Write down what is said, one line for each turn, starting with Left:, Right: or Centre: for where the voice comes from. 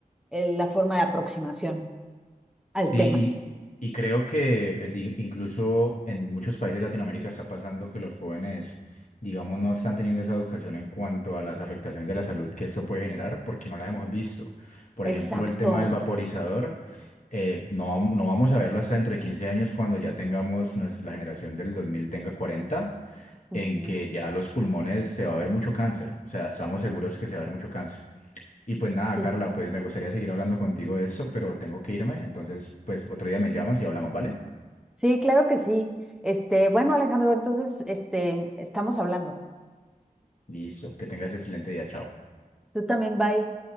Centre: eh, la forma de aproximación al
Left: Sí,
Centre: tema.
Left: y, y creo que eh, di- incluso en muchos países de Latinoamérica está pasando que los jóvenes, digamos, no están teniendo esa educación en cuanto a las afectaciones de la salud que esto puede generar porque no las hemos visto. Por
Centre: Exacto.
Left: ejemplo, el tema del vaporizador, eh, no, vam- no vamos a verlo hasta dentro de 15 años cuando ya tengamos, nos- la generación del 2000 tenga 40,
Centre: Ujú,
Left: en que ya los pulmones se va a ver mucho cáncer. O sea, estamos seguros que se va a ver mucho cáncer. Y pues nada,
Centre: Sí.
Left: Carla, pues me gustaría seguir hablando contigo de eso, pero tengo que irme. Entonces, pues otro día me llamas y hablamos, ¿vale?
Centre: Sí, claro que sí. Este, bueno, Alejandro, entonces, este, estamos hablando.
Left: Listo, que tengas excelente día, chao.
Centre: Tú también, bye.